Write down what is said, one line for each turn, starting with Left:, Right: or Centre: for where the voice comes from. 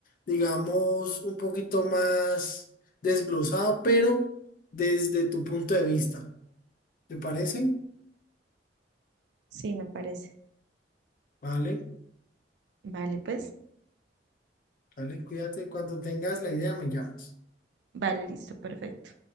Left: digamos, un poquito más desglosado, pero desde tu punto de vista. ¿Te parece?
Right: sí, me parece.
Left: Vale.
Right: Vale, pues.
Left: Dale, cuídate. Cuando tengas la idea, me llamas.
Right: Vale, listo, perfecto.